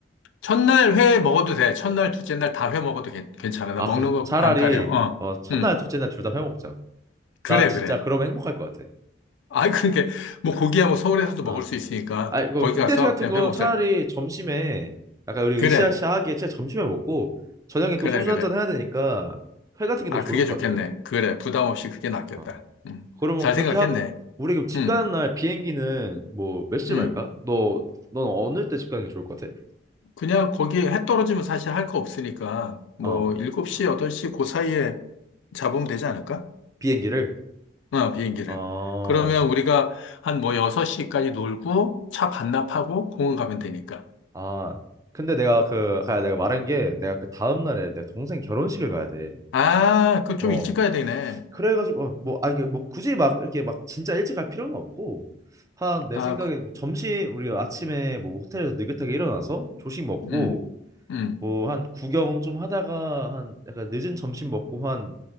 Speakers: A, on the left; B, on the right.
A: 첫날 회 먹어도 돼 첫날 둘째 날 다 회 먹어도 괜- 괜찮아 나
B: 아
A: 먹는
B: 그럼
A: 거
B: 차라리
A: 안 가려 어
B: 어 첫날
A: 응
B: 둘째 날 둘 다 해먹자.
A: 그래
B: 난 진짜
A: 그래
B: 그러면 행복할 것 같아.
A: 아, 그러니까 뭐 고기야 뭐 서울에서도 먹을
B: 아,
A: 수 있으니까
B: 아니 그
A: 거기
B: 흑돼지
A: 가서
B: 같은
A: 그냥
B: 건
A: 회 먹자.
B: 차라리 점심에 약간 우리
A: 그래,
B: 으쌰으쌰하게 진짜 점심에 먹고 저녁에
A: 그래,
B: 또 소주
A: 그래.
B: 한잔 해야 되니까 회 같은 게
A: 아,
B: 더 좋을
A: 그게
B: 것
A: 좋겠네.
B: 같은데?
A: 그래, 부담 없이 그게 낫겠다.
B: 어.
A: 음,
B: 그러면
A: 잘
B: 그렇게
A: 생각했네.
B: 하고 우리 그럼 집
A: 음,
B: 가는 날 비행기는 뭐 몇 시쯤
A: 음.
B: 할까? 너 넌 어느 때 집 가는 게 좋을 것 같아?
A: 그냥 거기 해 떨어지면 사실 할 거 없으니까 뭐
B: 어
A: 7시, 8시 그 사이에 잡으면 되지 않을까?
B: 비행기를
A: 어, 비행기를.
B: 어
A: 그러면 우리가 한 뭐 6시까지 놀고 차 반납하고 공원 가면 되니까.
B: 아, 근데 내가 그, 아, 내가 말한 게, 내가 그 다음날에 내 동생 결혼식을 가야 돼.
A: 아, 그 좀
B: 어,
A: 일찍 가야 되네.
B: 그래가지고, 어, 뭐, 아, 이게 뭐 굳이 막, 이렇게 막 진짜 일찍 갈 필요는 없고, 한, 내
A: 아,
B: 생각에
A: 그,
B: 뭐 점심, 우리 아침에 뭐 호텔에서 느긋하게 일어나서 조식 먹고,
A: 음, 음.
B: 뭐 한 구경 좀 하다가 한, 약간 늦은 점심 먹고 한